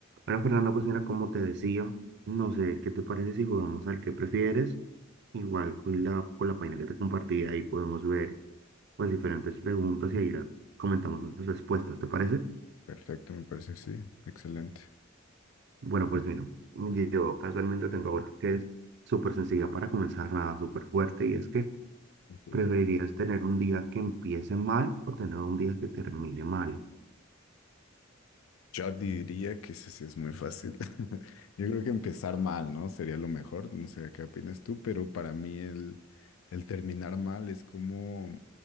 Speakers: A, on the right; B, on the left.
A: Bueno, Fernando, pues mira, como te decía, no sé, ¿qué te parece si jugamos al que prefieres? Igual con la, con la página que te compartí, ahí podemos ver pues diferentes preguntas y ahí la- comentamos nuestras respuestas, ¿te parece?
B: Perfecto, me parece, sí. Excelente.
A: Bueno, pues mira, yo casualmente tengo otra que es súper sencilla para comenzar, nada súper fuerte, y es que
B: Ok.
A: ¿preferirías tener un día que empiece mal o tener un día que termine mal?
B: Yo diría que eso sí es muy fácil. <laughs> Yo creo que empezar mal, ¿no? Sería lo mejor. No sé qué opinas tú, pero para mí el, el terminar mal es como,